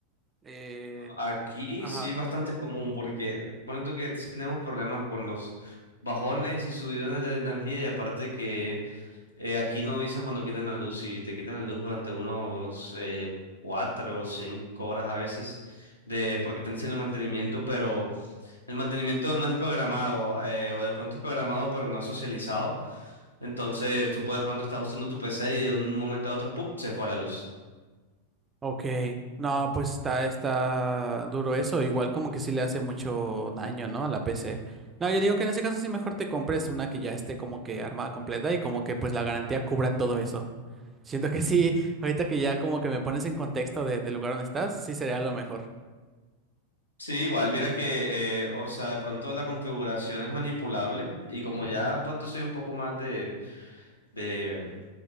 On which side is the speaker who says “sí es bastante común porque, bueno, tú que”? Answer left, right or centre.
Left